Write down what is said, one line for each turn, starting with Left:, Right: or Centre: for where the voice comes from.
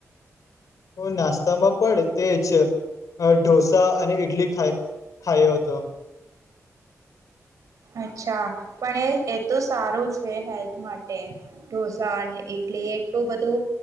Left: હ નાસ્તામાં પણ તેજ અ ઢોસા અને ઈડલી ખાઈ ખાયો હતો.
Right: અચ્છા પણ એ એ તો સારું છે હેલ્થ માટે ઢોસા ને ઈ ટલી એક તો બધું